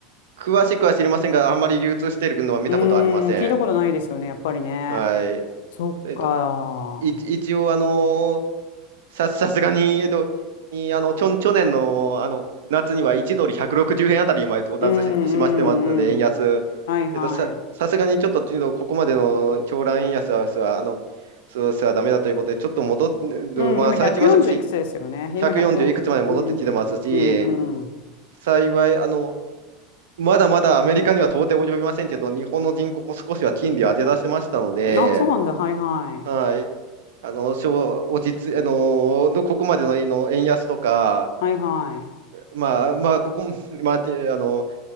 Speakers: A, on the right; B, on the left.
A: 詳しくは知りませんが、あんまり流通しているのは見たことありません。
B: うーん、聞いたことないですよね、やっぱりね。
A: はい。
B: そっか。
A: えっと、い一応、あのーさ、さすがに、えっと、いあの、去、去年の、あの、夏には1ドル160円あたりまで到達し、
B: うんう
A: しましてますので、円安。
B: んうん。はいはい。
A: えっと、さ、さすがにちょっと、ちょっとここまでの狂乱円安は、すはあの、そうすはダメだということで、ちょっと戻っ、
B: うん、
A: まあ、
B: 今140いくつですよね。
A: 最近は少し
B: 今145。
A: 140いくつまで戻ってきてますし、
B: うん、うんう
A: 幸い、あの、まだまだアメリカには到底及びませんけど、日本の人口も少しは金利を上げ出せましたので、
B: ん。あ、そうなんだ。はいはい。
A: はい。あの、し落ち着、あの、どここまでの、の円安とか、
B: はいはい。
A: まあ、まあ、ここ、まあ、てあの、